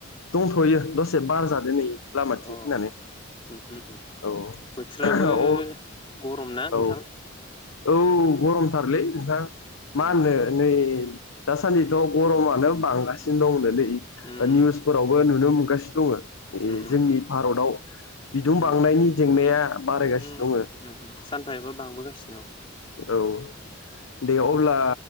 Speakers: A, on the left (about 80°); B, on the left (about 25°).
A: दंथ'यो दसे बारजादो नै। लामाथिं
B: अ
A: फैनानै
B: उम उम उम
A: औ।
B: बोथोराबो
A: औ
B: गरम ना नोंथां।
A: औ औ गरमथारलै नोंथां मा
B: उम
A: होनो नै दासान्दिथ' गरमानो बांगासिनो दं नै
B: उम
A: निउसफोरावबो नुनो नुगासिनो दङ
B: उम उम
A: जोंनि
B: उम
A: भारताव बिदुं
B: उम
A: बांनायनि जेंनाया बारायगासिनो
B: उम
A: दङ
B: उम सानफा एफा बांबोगासिनो।
A: औ दे अब्ला